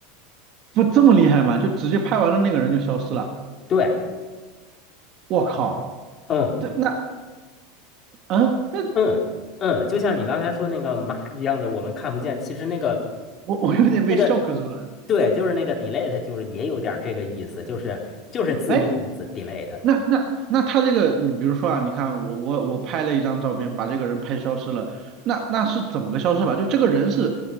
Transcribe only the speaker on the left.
对，
嗯
嗯嗯，就像你刚才说那个马一样的，我们看不见，其实那个
那个。
对，就是那个 delete，就是也有点儿这个意思，就是就是字面意思
delete。